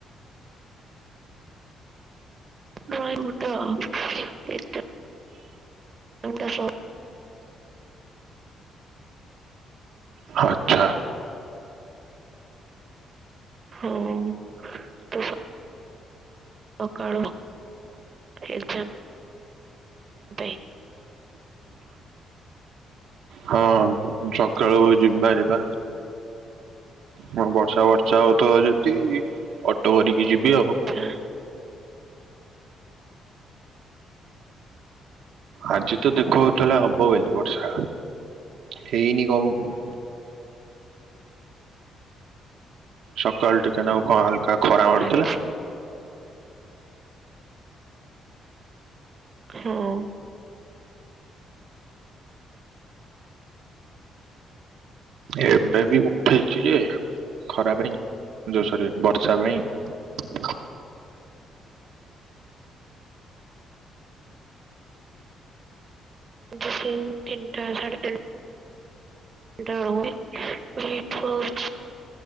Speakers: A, on the right (about 45°); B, on the right (about 80°).
A: ଗୟ ମୋଟା ଏଟା <unintelligible>
B: ଆଚ୍ଛା
A: ହୋଉ ତ ସ ସକାଳୁ ଏଗଜାମ୍ ଦେ।
B: ହଁ ସକାଳୁ ଯିବି ଭାରି ପା। ହ ବର୍ଷା ବର୍ଷା ହଉ <unintelligible> ଅଟୋ କରିକି ଯିବି ଆଉ।
A: ଚ୍ଛା।
B: ଆଜି ତ ଦେଖୋଉଥିଲା ହବ ବୋଲି ବର୍ଷା। ହେଇନି କମ ସକାଳୁ ଟିକେ ନଉ କଣ ହାଲ୍କା ଖରା ମାରିଥିଲା।
A: ଆଚ୍ଛା ହଁ।
B: ଏବେ ବି ଉଠେଇଚି ଯେ ଖରା ପାଇଁ ଯୋଉସୋରେ ବର୍ଷା ପାଇଁ
A: ଆଜି ସେ ତିନଟା ସାଢ଼େ ତିନ <inaudible>